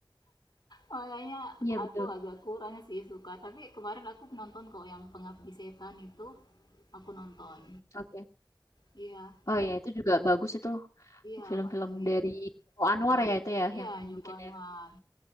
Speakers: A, on the left; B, on the left.
A: Makanya
B: iya betul,
A: aku agak kurang sih suka, tapi kemarin aku nonton kok yang Pengabdi Setan itu, aku nonton.
B: oke.
A: Iya
B: Oh iya, itu juga bagus itu
A: iya,
B: film-film
A: Mbak, lagi
B: dari Joko Anwar
A: Joko An
B: ya itu ya
A: iya,
B: yang
A: Joko
B: bikin
A: Anwar.
B: ya?